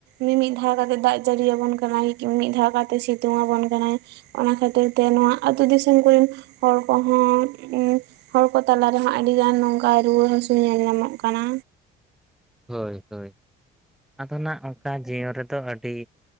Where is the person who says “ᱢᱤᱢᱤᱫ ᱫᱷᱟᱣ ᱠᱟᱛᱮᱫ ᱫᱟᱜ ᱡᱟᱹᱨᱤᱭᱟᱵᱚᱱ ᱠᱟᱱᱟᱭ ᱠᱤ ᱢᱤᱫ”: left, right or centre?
Right